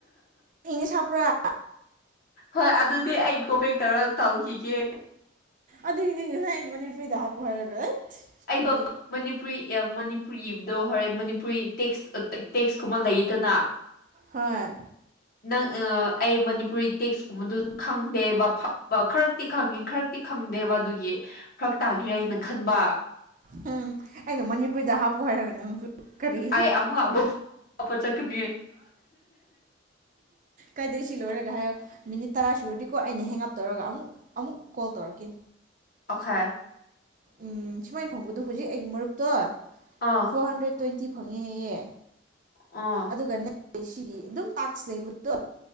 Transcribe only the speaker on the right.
ꯏꯪꯂꯤꯁ ꯖꯄꯔꯥ
ꯑꯗꯨ ꯉꯑꯁꯥꯏ ꯃꯅꯤꯄꯨꯔꯤꯗ ꯍꯄꯨ ꯍꯥꯏꯔꯒ ꯑꯩꯠ
ꯅꯨꯄꯤ
ꯍꯣꯏ
ꯎꯝ ꯑꯩꯅ ꯃꯅꯤꯄꯨꯔꯤꯗ ꯍꯥꯞꯄꯨ ꯍꯥꯏꯔꯒ ꯀꯔꯤ
ꯀꯥꯏꯗꯦ ꯁꯤ ꯂꯣꯏꯔꯒ ꯍꯥꯏꯌꯣ ꯃꯤꯅꯤꯠ ꯇꯔꯥ ꯁꯨꯔꯗꯤꯀꯣ ꯑꯩꯅ ꯍꯦꯡꯉꯞ ꯇꯧꯔꯒ ꯑꯃꯨꯛ ꯑꯃꯨꯛ ꯀꯣꯜ ꯇꯧꯔꯛꯀꯦ
ꯎꯝ ꯁꯨꯃꯥꯏꯅ ꯐꯪꯕꯗꯣ ꯍꯧꯖꯤꯛ ꯑꯩꯒꯤ ꯃꯔꯨꯞꯇꯣ
ꯐꯣꯔ ꯍꯟꯗ꯭ꯔꯦꯠ ꯇ꯭ꯋꯦꯟꯇꯤ ꯐꯉ ꯍꯌꯦ
ꯑꯗꯨꯒꯅꯦ ꯑꯩ ꯁꯤꯒꯤ ꯑꯗꯨꯝ <unintelligible> ꯂꯩꯕꯗꯨ